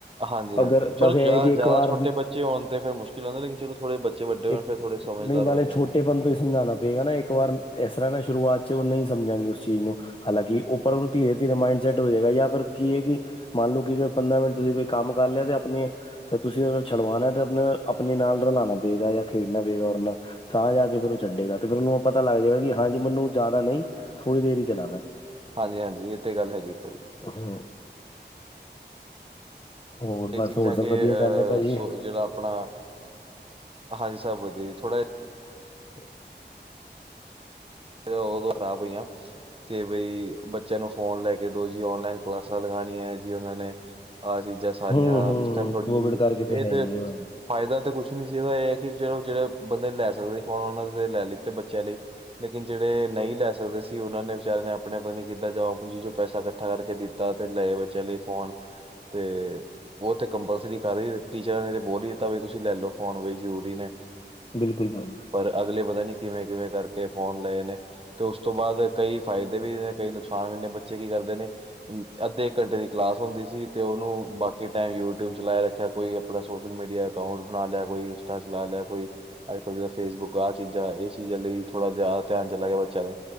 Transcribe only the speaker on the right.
ਹਾਂਜੀ-ਹਾਂਜੀ,
ਚਲੋ
ਜਾ
ਜਾਦਾ
ਛੋਟੇ ਬੱਚੇ ਹੋਣ ਤੇ ਫੇਰ ਮੁਸ਼ਕਿਲ ਹੂੰਦਾ ਲੇਕਿਨ ਚਲੋ ਥੋੜੇ ਬੱਚੇ ਵੱਡੇ ਹੋਣ
ਫਿਰ ਥੋੜੇ ਸਮਝਦਾਰ
ਹੋ ਜਾਂਦੇ
ਨੇ
ਹਾਂਜੀ-ਹਾਂਜੀ ਏ ਤੇ ਗੱਲ ਹੈਗੀ <unintelligible>
ਏ
ਚੀਜ਼ਾਂ
ਕੇ
ਅਹ
ਸੋ ਜੇੜਾ ਆਪਣਾ ਹਾਂਜੀ ਸਭ ਵਧੀਆ ਜੀ ਥੋੜਾ ਜਾ।
ਫੇਰ ਓ ਖਰਾਬ ਹੋਈਆਂ। ਕੇ ਬਈ ਬੱਚਿਆਂ ਨੂੰ ਫੋਨ ਲੈ ਕੇ ਦੋ ਜੀ ਔਨਲਾਈਨ ਕਲਾਸਾਂ ਲਗਾਣੀਐ ਜੀ ਓਨਾਂ ਨੇ। ਆਹ ਚੀਜ਼ਾਂ ਸਾਰੀਆਂ
ਉਸ ਟੈਮ ਥੋੜੀ
ਜੀ
ਏ
ਤੇ
ਫਾਇਦਾ ਤੇ ਕੁੱਛ ਨੀ ਸੀ ਏਦਾ ਏ ਐ ਕੀ ਚਲੋ, ਜੇੜਾ ਬੰਦੇ ਲੈ ਸਕਦੇ ਫੋਨ ਓਨਾਂ ਦੇ ਲੈ ਲਿੱਤੇ ਬੱਚਿਆਂ ਲਈ। ਲੇਕਿਨ ਜੇੜੇ ਨਈ ਲੈ ਸਕਦੇ ਸੀ, ਓਨਾਂ ਨੇ ਵਿਚਾਰਿਆਂ ਨੇ ਆਪਣੇ ਪਤਾ ਨੀ ਕਿੱਦਾਂ ਜਮਾ ਪੂੰਜੀ ਚੋ ਪੈਸਾ ਕੱਠਾ ਕਰਕੇ ਦਿੱ ਤਾ ਫੇਰ ਲਏ ਬੱਚਿਆਂ ਲਈ ਫੋਨ ਤੇ ਓ ਤੇ ਕੰਪਲਸਰੀ ਕਰ ਈ ਦਿੱਤੀ ਟੀਚਰਾਂ ਨੇ ਤੇ ਬੋਲ ਈ ਦਿੱਤਾ, ਵੀ ਤੁਸੀਂ ਲੈ ਲੋ ਫੋਨ ਵੀ ਜ਼ਰੂਰੀ ਨੇ।
ਪਰ ਅਗਲੇ ਪਤਾ ਨੀ ਕਿਵੇਂ-ਕਿਵੇਂ ਕਰਕੇ ਫੋਨ ਲਏ ਨੇ। ਤੇ ਉਸ ਤੋਂ ਬਾਦ ਕਈ ਫਾਇਦੇ ਵੀ ਨੇ ਕਈ ਨੁਕਸਾਨ ਵੀ ਨੇ ਬੱਚੇ ਕੀ ਕਰਦੇ ਨੇ ਅੱਧੇ ਇੱਕ ਘੰਟੇ ਦੀ ਕਲਾਸ ਹੁੰਦੀ ਸੀ, ਤੇ ਓਨੂੰ ਬਾਕੀ ਟਾਈਮ ਯੂਟਿਊਬ ਚਲਾ ਰੱਖਿਆ ਕੋਈ ਥੋੜਾ ਸੋਸ਼ਲ ਮੀਡੀਆ ਅਕਾਊਂਟ ਬਣਾ ਲਿਆ, ਕੋਈ ਇੰਸਟਾ ਚਲਾ ਲਿਆ ਕੋਈ। ਅੱਜ-ਕੱਲ੍ਹ ਜਾਦਾਂ ਫੇਸਬੁੱਕ ਆਹ ਚੀਜ਼ਾਂ ਏਸ ਚੀਜ਼ਾਂ ਲਈ ਥੋੜ੍ਹਾ ਜਾਦਾ ਧਿਆਨ ਚਲਾ ਗਿਆ, ਬੱਚਿਆਂ ਦਾ